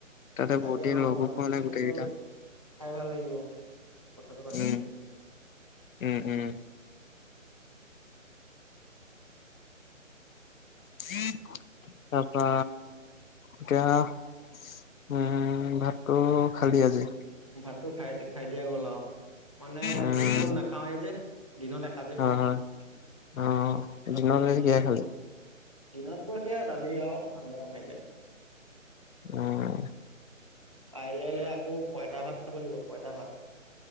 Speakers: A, on the left; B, on the right.
A: তাতে
B: তাকে
A: বহুত দিন
B: অ'
A: লগো
B: ভাবিছিলোঁ
A: পোৱা নাই
B: কি
A: গোটেইকেইটা
B: সেইটো খাই ভাল লাগিব। কথাটো পাতিম
A: উম
B: বুলি,
A: উম, উম।
B: <inaudible>
A: তাৰপা এতিয়া উম ভাতটো খালি আজি।
B: ভাতটো খাই, খাই দিয়া গ'ল আৰু মানে
A: উম
B: দিনটো নাখাওয়ে যে। দিনত এসাজে
A: হয়
B: খাওঁ।
A: হয় অ
B: ৰাতি
A: দিনত
B: এনে
A: আজি কিহে খালি
B: দিনত <unintelligible> দালি আৰু আঞ্জা এনেকে।
A: অ'।
B: কাইলেলে আকৌ পঁইতা ভাত খাব লাগিব, পঁইতা ভাত।